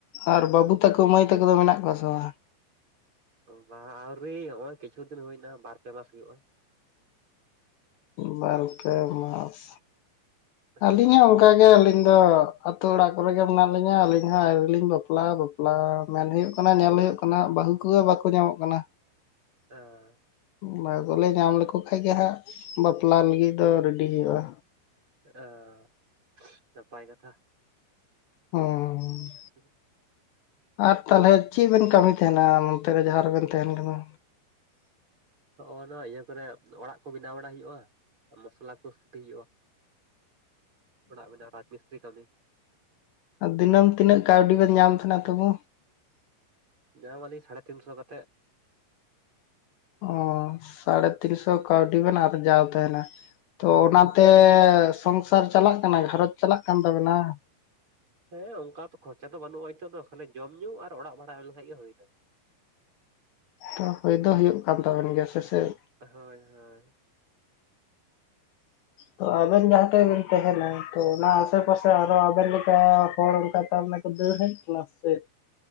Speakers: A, on the left; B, on the right.
A: ᱟᱨ ᱵᱟᱹᱵᱩ ᱛᱟᱠᱚ ᱢᱟᱹᱭ ᱛᱟᱠᱚ ᱫᱚ ᱢᱮᱱᱟᱜ ᱠᱚᱣᱟ ᱥᱮ ᱵᱟᱝ?
B: ᱵᱟᱻ ᱟᱹᱣᱨᱤ ᱱᱚᱜᱼᱭ ᱠᱤᱪᱷᱩ ᱫᱤᱱ ᱦᱩᱭᱱᱟ ᱵᱟᱨ ᱯᱮ ᱢᱟᱥ ᱦᱩᱭᱩᱜᱼᱟ᱾
A: ᱵᱟᱨ ᱯᱮ ᱢᱟᱥ ᱟᱹᱞᱤᱧ
B: ᱦᱮᱸ
A: ᱦᱚᱸ ᱚᱝᱠᱟ ᱜᱮ ᱟᱹᱞᱤᱧ ᱫᱚ ᱟᱛᱳ ᱚᱲᱟᱜ ᱠᱚᱨᱮ ᱜᱮ ᱢᱮᱱᱟᱜ ᱞᱤᱧᱟᱹ ᱟᱹᱞᱤᱧ ᱦᱚᱸ ᱟᱹᱣᱨᱤ ᱞᱤᱧ ᱵᱟᱯᱞᱟᱜᱼᱟ᱾ ᱯᱞᱟ ᱢᱮᱱ ᱦᱩᱭᱩᱜ ᱠᱟᱱᱟ ᱧᱮᱞ ᱦᱩᱭᱩᱜ ᱠᱟᱱᱟ ᱦᱟᱸᱜ ᱵᱟᱹᱦᱩ ᱠᱚᱸᱦᱚ ᱵᱟᱠᱚ ᱧᱟᱢᱚᱜ ᱠᱟᱱᱟ᱾
B: ᱚ
A: ᱵᱟᱹᱦᱩ ᱠᱚᱞᱮ ᱧᱟᱢ ᱞᱮᱠᱚ ᱠᱷᱟᱡ ᱜᱮ ᱦᱟᱸᱜ ᱵᱟᱯᱞᱟ ᱞᱟᱹᱜᱤᱫ ᱫᱚ ᱨᱮᱰᱤ ᱦᱩᱭᱩᱜᱼᱟ᱾
B: ᱚᱸ ᱱᱟᱯᱟᱭ ᱠᱟᱛᱷᱟ
A: ᱚᱸ
B: ᱦᱩᱸ
A: ᱟᱨ ᱛᱟᱞᱦᱮ ᱪᱮᱜ ᱵᱮᱱ ᱠᱟᱹᱢᱤ ᱛᱟᱦᱮᱱᱟ ᱱᱚᱱᱛᱮ ᱨᱮ ᱡᱟᱦᱟᱸ ᱨᱮᱵᱮᱱ ᱛᱟᱦᱮᱱ ᱠᱟᱱᱟ?
B: ᱦᱚᱜ-ᱚ ᱱᱚᱣᱟ ᱤᱭᱟᱹ ᱠᱚᱨᱮ ᱚᱲᱟᱜ ᱠᱚ ᱵᱮᱱᱟᱣ ᱵᱟᱲᱟ ᱦᱩᱭᱩᱜᱼᱟ ᱢᱚᱥᱞᱟ ᱠᱚ ᱥᱤᱯᱤ ᱦᱩᱭᱩᱜᱼᱟ᱾ ᱚᱲᱟᱜ ᱵᱮᱱᱟᱣ ᱨᱟᱡᱽ ᱢᱤᱥᱛᱨᱤ ᱠᱟᱹᱢᱤ᱾
A: ᱟ ᱫᱤᱱᱟᱹᱢ ᱛᱤᱱᱟᱹᱜ ᱠᱟᱹᱣᱰᱤ ᱵᱮᱱ ᱧᱟᱢ ᱛᱟᱦᱱᱟ ᱛᱩᱵᱩ?
B: ᱧᱟᱢᱟᱞᱤᱧ ᱥᱟᱲᱮ ᱛᱤᱱᱥᱚ ᱠᱟᱛᱮᱫ
A: ᱚ ᱥᱟᱲᱮ ᱛᱤᱱᱥᱚ ᱠᱟᱣᱰᱤ ᱵᱚᱱ ᱟᱨᱡᱟᱣ ᱛᱟᱸᱦᱮᱱᱟ ᱛᱚ
B: ᱦᱳᱭ
A: ᱚᱱᱟᱛᱮ
B: ᱦᱳᱭ
A: ᱥᱚᱝᱥᱟᱨ ᱪᱟᱞᱟᱜ ᱠᱟᱱᱟ ᱜᱷᱟᱨᱚᱸᱡᱽ ᱪᱟᱞᱟᱜ ᱠᱟᱱ ᱛᱟᱵᱮᱱᱟ ᱵᱟᱝ
B: ᱦᱮᱸ ᱚᱱᱠᱟ ᱛᱚ ᱠᱷᱚᱨᱪᱟ ᱫᱚ ᱵᱟᱹᱱᱩᱜᱼᱟ ᱱᱤᱛᱚᱜ ᱫᱚ ᱠᱷᱟᱞᱤ ᱡᱚᱢ ᱧᱩ ᱟᱨ ᱚᱲᱟᱜ ᱵᱟᱷᱟᱲᱟᱣ ᱞᱮᱠᱷᱟᱱ ᱜᱮ ᱦᱩᱭᱱᱟ
A: ᱛᱚ ᱦᱩᱭ ᱫᱚ ᱦᱩᱭᱩᱜ ᱠᱟᱱ ᱛᱟᱵᱚᱱ ᱜᱮᱭᱟ ᱥᱮ ᱪᱮᱫ?
B: ᱦᱳᱭ ᱦᱳᱭ
A: ᱛᱚ ᱟᱵᱮᱱ ᱡᱟᱦᱟᱸᱴᱷᱮᱱ ᱵᱮᱱ ᱛᱟᱦᱮᱱᱟ ᱛᱚ ᱚᱱᱟ ᱟᱥᱮ ᱯᱟᱥᱮ ᱟᱨᱚ ᱟᱵᱮᱱ ᱞᱮᱠᱟ ᱦᱚᱲᱚᱱᱠᱟ ᱛᱚ ᱫᱟᱹᱲ ᱦᱮᱡ ᱟᱠᱟᱱᱟᱭ ᱥᱮ ᱪᱮᱫ?